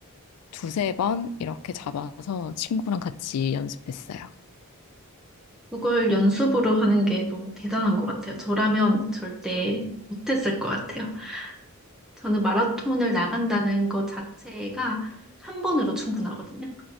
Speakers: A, on the left (about 85°); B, in the centre.
A: 두세 번 이렇게 잡아서 친구랑 같이 연습했어요.
B: 그걸 연습으로 하는 게 너무 대단한 것 같아요. 저라면 절대 못했을 것 같아요. 저는 마라톤을 나간다는 것 자체가 한 번으로 충분하거든요.